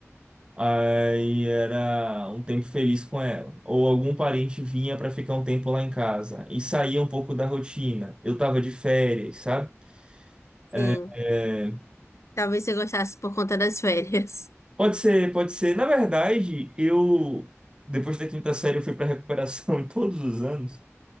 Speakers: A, on the right; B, on the left.
A: Aí era um tempo feliz com ela. Ou algum parente vinha para ficar um tempo lá em casa e saía um pouco da rotina. Eu tava de férias, sabe? É,
B: Sim.
A: é,
B: Talvez você gostasse por conta das férias.
A: pode ser, pode ser. Na verdade, eu depois da quinta série eu fui para recuperação <laughs> em todos os anos.